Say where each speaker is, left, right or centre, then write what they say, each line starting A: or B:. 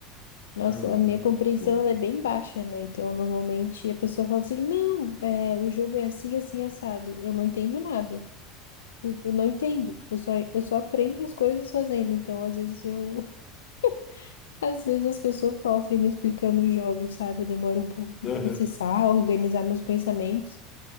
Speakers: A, on the left; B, on the left.
A: Nossa,
B: Ah, mas,
A: a minha
B: é,
A: compreensão
B: bom.
A: ela é bem baixa, né? Então, normalmente a pessoa fala assim: não, é, o jogo é assim, assim, assado. Eu não entendo nada. Eu, eu não entendo. Eu só, eu só aprendo as coisas fazendo. Então, às vezes eu, <laughs> às vezes as pessoas sofrem me explicando os jogos, sabe? Eu demoro um pouco para
B: Aham.
A: processar, organizar meus pensamentos.